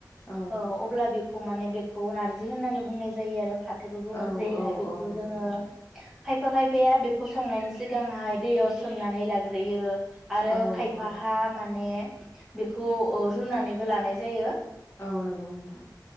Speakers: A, on the left; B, in the centre.
A: औ
B: ओ अब्ला बे खौ माने बे खौ नारजि होननानै बुंनाय जायो आरो। फाथोबो बुङो
A: औ
B: जेरैहाय
A: औ
B: बेखौ
A: औ नंगौ
B: जोङो
A: नोंथां
B: खायफा खायफाया बेखौ संनायनि सिगांहाय दैयाव सोमनानै लाग्रोयो। आरो
A: औ
B: खायफाहा
A: नंगौ
B: माने बेखौ अ रुनानैबो लानाय जायो।
A: औ नंगौ नोंथां?